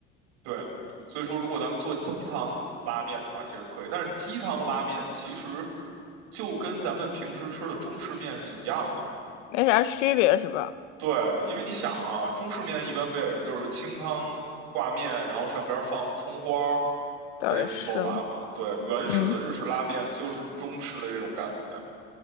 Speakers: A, on the right; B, on the left.
A: 对，所以说如果咱们做鸡汤拉面的话，其实可以，但是鸡汤拉面其实就跟咱们平时吃的中式面是一样的。
B: 没啥区别是吧？
A: 对，因为你想啊，中式面一般不也是就是清汤挂面，然后上边儿放葱花儿
B: 倒也是，
A: 的这种做法吗？对，原始的日式拉面就是中式的这种感觉。
B: 嗯。